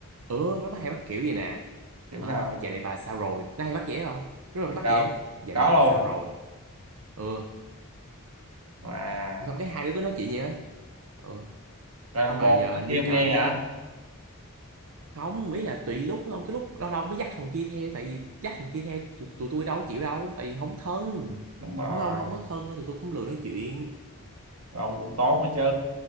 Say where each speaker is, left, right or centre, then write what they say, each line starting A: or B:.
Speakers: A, on the right; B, on the right.
A: ừ nó bắt hay bắt kiểu gì nè
B: kiểu
A: ờ,
B: sao
A: dạo này bà sao rồi nó hay bắt dễ không nó là cũng
B: thiệt
A: bắt
B: không
A: dễ dạo
B: có
A: này bà
B: luôn
A: sao rồi ừ
B: Wow.
A: xong cái hai đứa cứ nói chuyện vậy á ừ
B: Rồi thằng
A: nhưng mà
B: bồ
A: giờ hình
B: kia
A: như
B: ông
A: nhỏ
B: nghe
A: nó cũng
B: hả?
A: không ý là tùy lúc không cái lúc lâu lâu mới dắt thằng kia theo tại vì dắt thằng kia theo tụi, tụi tôi đâu có chịu đâu tại vì không thân
B: Đúng rồi.
A: mới không không có thân nữa tụi tôi cũng lười nói chuyện
B: Ông cũng tốt đó chứ.